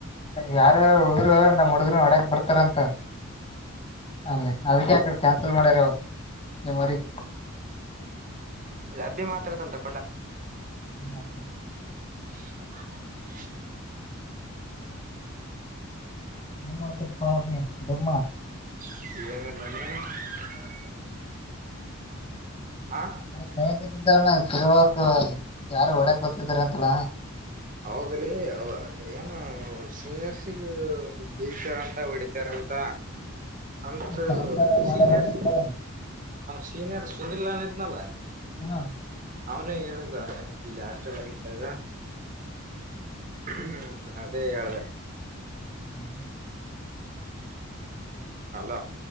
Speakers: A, on the left; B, on the right.
A: ಯಾರ ಉಳಿದ್ರರು ನಮ್ಮಡಿದ್ರ ವಡ್ಯಕ್ ಬರ್ತಾರಂತ ಅಲ್ಲ ಅದಕ್ಕೆ ಆಕಡೆ ಕ್ಯಾನ್ಸಲ್ ಮಾಡ್ಯಾರ ನಿಮ್ಮ ಊರಿಗಿ
B: ಇ ಅಬ್ಬಿ ಮಾತಾಡ್ತಾ
A: ಹತ
B: <inaudible>
A: ಹಲ ಮಾಡಪ್ಪ ಅ ದುಮ್ಮ
B: <inaudible> ಆ
A: ತರಬೇಕು ಯಾರು ಒಓಡಕ್ ಗರ್ತಿದಿದ್ದಾರೆ ಅಂತಳ
B: ಹೌದ್ರೀ ಏನು ಸೀನಿಯರ್ಸಿಗ ಬೀತಾರ ಅಂತ ಹೊಡಿತಾರ ಅಂತ ಅಂತ
A: ಕೆಲಸ ಮಾಡ್ಯಾರಂತ
B: ಸೀನಿಯರ್
A: ಕೇಳಿ
B: ಸೀನಿಯರ್ <inaudible> ಇದ್ನಲ್ಲ
A: ಹಾ
B: ಅವನೆ ಹೇಳುದ ಇಲ್ಲಿ ಹಾಸ್ಟೆಲ್ ಅಲ್ಲಿ ಇದಗ ಹ್ಮ ಅದೇ ಹೇಳಿದೆ
A: <unintelligible>
B: ಹೆಲೋ